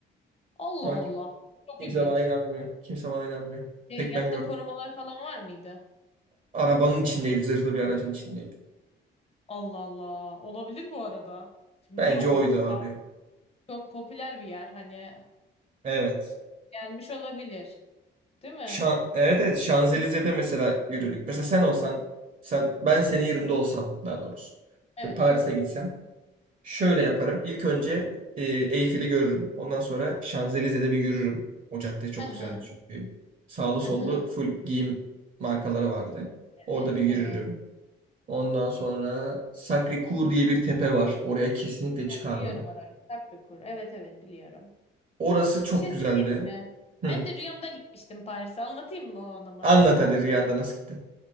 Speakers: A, on the left; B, on the right.
A: Allah
B: Ama
A: Allah.
B: kim-
A: Çok
B: kimse
A: ilginç.
B: bana inanmıyor. Kimse bana inanmıyor.
A: Şey,
B: Tek
A: yanında
B: ben gördüm.
A: korumalar falan var mıydı?
B: Arabanın içindeydi. Zırhlı bir aracın içindeydi.
A: Allah Allah. Olabilir bu arada. Şimdi
B: Bence
A: niye olmasın?
B: oydu abi.
A: Çok popüler bir yer. Hani
B: Evet.
A: gelmiş olabilir. Değil mi?
B: Şan evet evet Şanzelize'de mesela yürüdük. Mesela sen olsan sen ben senin yerinde
A: Hı,
B: olsam daha doğrusu.
A: Evet.
B: Ve Paris'e gitsem. Şöyle yaparım. İlk önce e, Eyfel'i görürüm. Ondan sonra Şanzelize'de bir yürürüm. O cadde çok
A: Aha,
B: güzeldi çünkü. Sağlı sollu
A: aha.
B: full giyim markaları vardı. Orada
A: Evet,
B: bir yürürüm.
A: evet.
B: Ondan sonra Sacré-Cœur diye bir tepe var. Oraya kesinlikle
A: Ben
B: çıkardım.
A: biliyorum orayı. Sacré-Cœur. Evet, evet biliyorum.
B: Orası çok
A: Bir şey söyleyeyim
B: güzeldi.
A: mi?
B: Hı.
A: Ben de rüyamda gitmiştim Paris'e. Anlatayım mı onu mı?
B: Anlat hadi Riyan'da nasıl gittin?